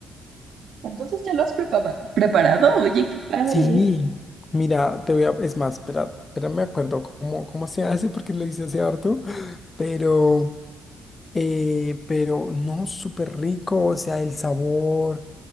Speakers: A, on the right (about 65°); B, on the left (about 30°).
A: Entonces, ¿ya lo has prepa- preparado? Oye, qué padre.
B: Sí, mira, te voy a, es más, espera, espera, me acuerdo cómo, cómo se hace porque lo hice hace harto, pero, eh, pero no, súper rico, o sea, el sabor.